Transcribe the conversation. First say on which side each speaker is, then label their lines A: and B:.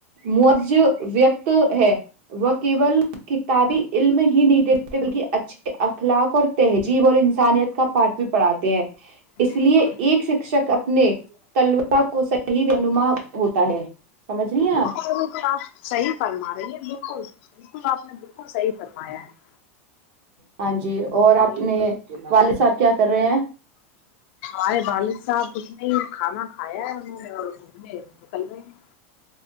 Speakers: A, on the right (about 60°); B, on the left (about 60°).
A: مج ویکت ہے وہ کیول کتابی علم ہی نہیں دیتے بلکہ اچھے اخلاق اور تہذیب اور انسانیت کا پاٹ بھی پڑھاتے ہیں اس
B: بالکل
A: لیے ایک شکشک اپنے طلبا کو صحیح رہنما ہوتا ہے سمجھ لیے آپ
B: بالکل بالکل آپ صحیح فرما رہی ہیں بالکل بالکل آپ نے بالکل صحیح فرمایا ہے
A: ہاں جی اور اپنے والد صاحب کیا کر رہے ہیں
B: ہرے بالد صاحب کھ نے کھانا کھایا ہے انہوں نے اور گ نکل گئے ہیں